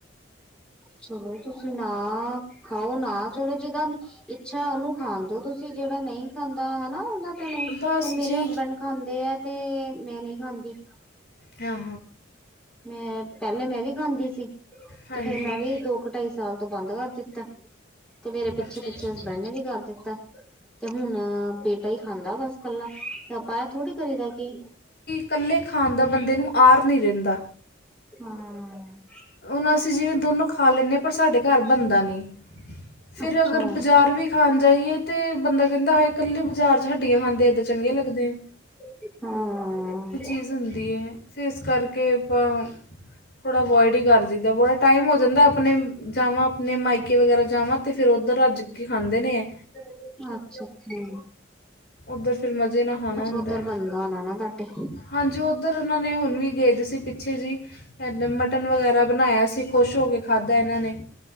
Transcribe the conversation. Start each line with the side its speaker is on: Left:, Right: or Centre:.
Centre: ਚਲੋ ਤੁਸੀਂ ਨਾ ਖਾਓ ਨਾ ਚਲੋ ਜਿੰਦਾ ਇੱਛਾ ਉਹਨੂੰ ਖਾਨਦੋ ਤੁਸੀਂ ਜਿਹੜਾ ਨਹੀਂ ਖਾਂਦਾ ਹੈਨਾ ਉਹਨਾਂ
Left: ਬਸ
Centre: ਹੁਨ ਮੇਰੇ
Left: ਜੀ
Centre: ਹਸਬੈਂਡ ਖਾਂਦੇ ਆ ਤੇ ਮੈਂ ਨਹੀਂ ਖਾਂਦੀ
Left: ਹਾਂ
Centre: ਮੈਂ ਪਹਿਲੇ ਮੈਂ ਵੀ ਖਾਂਦੀ ਸੀ
Left: ਹਾਂਜੀ
Centre: ਤੇ ਫੇਰ ਮੈਂ ਵੀ ਦੋ ਕੁ ਢਾਈ ਸਾਲ ਤੋਂ ਬੰਦ ਕਰ ਦਿੱਤਾ ਤੇ ਮੇਰੇ ਪਿੱਛੇ
Left: ਅੱਛਾ
Centre: ਪਿੱਛੇ
Left: ਅੱਛਾ
Centre: ਹਸਬੈੰਡ ਵੀ ਕਰ ਦਿਤ ਤੇ ਹੁਣ ਬੇਟਾ ਈ ਖਾਂਦਾ ਬਸ ਕੱਲਾ ਤੇ ਆਪਾਂ ਆ ਥੋੜੀ ਕਰੀ ਦਾ ਕੀ
Left: ਕੱਲੇ ਖਾਨ ਦਾ ਬੰਦੇ ਨੂੰ ਆਰ ਨੀਂ ਰਹੰਦਾਂ
Centre: ਹਾਂ।
Left: ਹੁਣ ਅਸੀਂ ਜਿਵੇਂ ਦੋਨੋਂ ਖਾ ਲੈਂਨੇ ਆ, ਪਰ ਸਾਡੇ ਘਰ ਬਣਦਾ ਨੀਂ ਫੇਰ
Centre: ਅੱਛਾ
Left: ਅਗਰ ਬਜ਼ਾਰ ਵੀ ਖਾਂਣ ਜਾਈਏ ਤੇ, ਬੰਦਾ ਕਹਿੰਦਾ ਹ ਕੱਲੇ ਬਾਜ਼ਾਰ ਚ ਹੱਡੀਆਂ ਖਾਂਦੇ ਏਦਾਂ ਚੰਗੇ ਲੱਗਦੇ ਆਂ।
Centre: ਹਾਂ।
Left: ਫੀਸ ਹੁੰਦੀ ਏ। ਫਿਰ ਇਸ ਕਰਕੇ ਆਪਾਂ ਥੋੜ੍ਹਾ ਅਵੋਇਡੀ ਕਰ ਦਈ ਦਾ, ਬੜਾ ਟਾਈਮ ਹੋ ਜਾਂਦਾ ਆਪਣੇ ਜਾਵਾਂ ਆਪਣੇ ਮਾਇਕੇ ਵਗੈਰਾ ਜਾਵਾਂ ਤੇ ਫੇਰ ਉੱਧਰ ਰੱਜ ਕਿ ਖਾਂਦੇ ਨੇ ਐ
Centre: ਅੱਛਾ, ਅੱਛਾ।
Left: ਉੱਧਰ ਫਿਰ ਮਜ਼ੇ ਨਾਲ ਖਾਣਾ
Centre: ਅੱਛਾ
Left: ਹੁੰਦਾ
Centre: ਔਧਰ ਦਾ ਬੰਦਾ ਆਣਾ ਨਾ ਤੁਹਾਡੇ
Left: ਹਾਂਜੀ ਉੱਧਰ ਉਹਨਾਂ ਨੇ ਹੁਣ ਵੀ ਗਏ ਸੀ, ਪਿੱਛੇ ਜੀ ਇਦਾ ਮਟਨ ਵਗੈਰਾ ਬਣਾਇਆ ਸੀ। ਖੁਸ਼ ਹੋ ਕੇ ਖਾਧਾ ਇਹਨਾਂ ਨੇ।